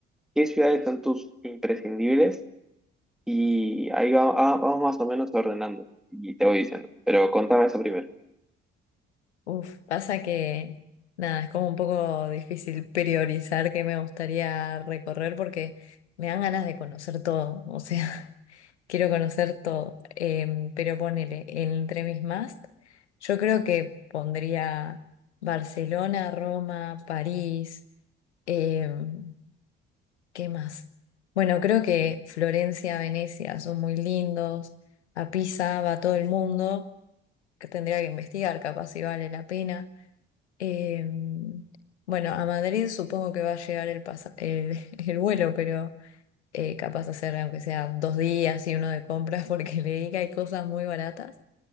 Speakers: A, in the centre; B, on the left.
A: ¿Qué ciudades son tus imprescindibles? Y ahí va- ah, vamos más o menos ordenando y te voy diciendo. Pero contame eso primero.
B: Uf, pasa que nada, es como un poco difícil priorizar qué me gustaría recorrer porque me dan ganas de conocer todo, o sea, <laughs> quiero conocer todo, Em, pero ponele, entre mis más, yo creo que pondría Barcelona, Roma, París, em, ¿qué más? Bueno, creo que Florencia, Venecia son muy lindos, a Pisa va todo el mundo, que tendría que investigar, capaz si vale la pena. Em, bueno, a Madrid supongo que va a llegar el, pasa- el, <laughs> el vuelo, pero eh, capaz hacer aunque sea dos días y uno de compras <laughs> porque leí que hay cosas muy baratas.